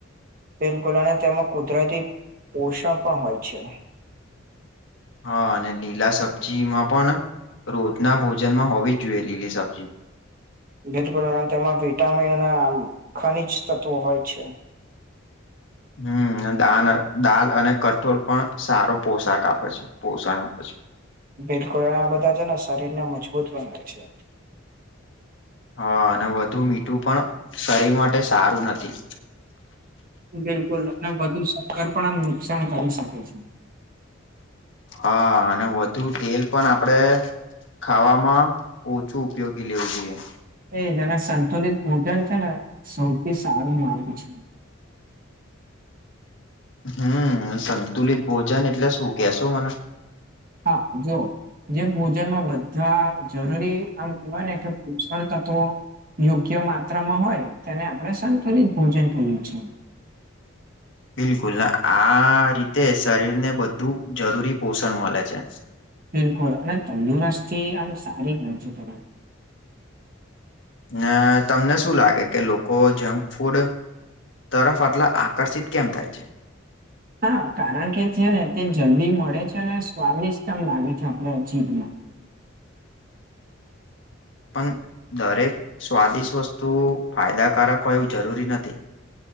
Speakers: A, on the right; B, on the left.
A: બિલકુલ અને તેમાં કુદરતી પોષણ પણ હોય છે
B: હા અને લીલા સબ્જીમાં પણ રોજના ભોજનમાં હોવી જ જોઈએ લીલી સબ્જી
A: બિલકુલ અને તેમાં વિટામિન અને આમ ખનીજ તત્વો હોય છે
B: હમ દાન દાલ અને કઠોર પણ સારો પોશાક આપે છે પોષણ આપે છે
A: બિલકુલ આ બધા છે ને શરીરને મજબૂત બનાવે છે
B: હા અને વધુ મીઠું પણ શરીર માટે સારું નથી
A: બિલકુલ અને વધુ સક્કર પણ આ નુકસાન કરી શકે છે
B: હા અને વધુ તેલ પણ આપડે ખાવામાં ઓછું ઉપયોગી લેવું જોઈએ
A: એ જેના સંતુલિત પૂજન છે ને સૌથી સારું માર્ગ છે
B: હમ સંતુલિત ભોજન એટલે શું કેશો મને
A: હા જોઓ જે ભોજનમાં બધા જરૂરી આમ કેવાય ને કે પોષણ તત્વો યોગ્ય માત્રામાં હોય તેને આપણે સંતુલિત ભોજન કઇ એ છે
B: બિલકુલ આ રીતે શરીર ને બધું જરૂરી પોષણ મળે છે
A: બિલકુલ અને તંદુરસ્તથી આમ સારી ગન છે તમે
B: અ તમને શું લાગે કે લોકો જંક ફૂડ તરફ આટલા આકર્ષિત કેમ થાય છે
A: હા કારણ કે છે ને તે જલ્દી મળે છે અને સ્વાદિષ્ટ એમ લાગે છે આપડ અ જીભ ને
B: પણ દરેક સ્વાદિષ્ટ વસ્તુ ફાયદાકારક હોય એવું જરૂરી નથી